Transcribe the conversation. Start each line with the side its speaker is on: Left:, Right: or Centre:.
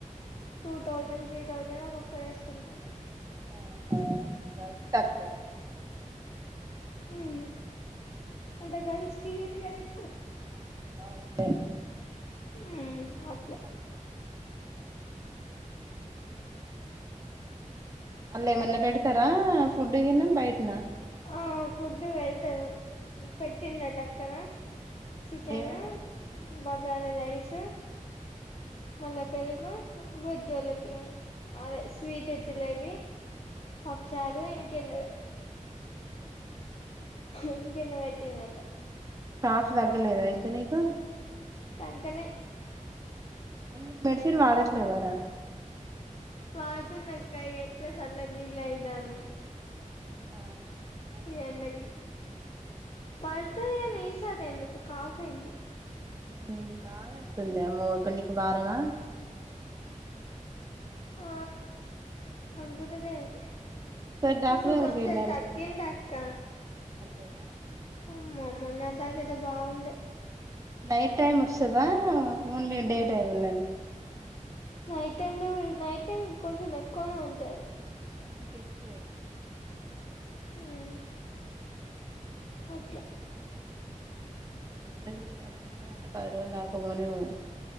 Left: టూ థౌజండ్ త్రీ థౌజండ్ ఒక్కొక్కరు వేసుకున్నారు
Right: ఆహా గర్ల్స్ తక్కువ
Left: ఉహు అంటే గర్ల్స్కి ఇయ్యది కద ఎక్కువ
Right: అవునులే
Left: ఉమ్మ్‌ అ
Right: తక్కువే <inaudible> అల్లెమన్నా పెడతారా ఫుడ్ గిన్నా బయటనా
Left: ఆ ఫుడ్ వెడ్తను పెట్టిండక్కనా చికెను
Right: ఏమేమి పెట్టారు
Left: బగారా రైసు మళ్ళా పెరుగు హు వెజ్జోల్లకి అదే స్వీట్ జిలేబీ పప్చారు ఇంకే <inaudible> ఇంకెందో పెట్టిన్దంట
Right: కాఫ్ తగ్గలేదా ఇంక నీకు
Left: తగలే
Right: ఎందుకు మెడిసిన్ వాడట్లేవరా
Left: వాడ్తునక్కా ఎట్లా సల్లన్ నిలైతన్నాయ్
Right: ఆ
Left: ఎండకి పడ్స్ తు <unintelligible> ఎందుకు కఫ్ అయింది
Right: మ్మ్ బాగా తుందేమో కాన్ నీక్ బారమా
Left: ఆ తగ్గుతలేద్
Right: ఉమ్ ఒకసారి డాక్టర్
Left: ఇప్పుడు
Right: దగ్గరికి
Left: కొంచెం
Right: వెళ్ళాల్సింది
Left: తగ్గింది అక్క
Right: అంతేనా
Left: అమ్మో మొన్నట్ దాకైతే బాగుండే
Right: నైట్ టైమ్ వస్తదా ఓన్లీ డే టైమే నా
Left: నైట్ టైమ్ లో నైట్ టైం కొంచెం ఎక్కువ ఉంటాది
Right: ఇంకెక్కువే
Left: హ్మ్ ఒకే
Right: ఉంటద్లే ఇగా ఉన్నదంటే పది రోజులు దాకా పోనే పోద్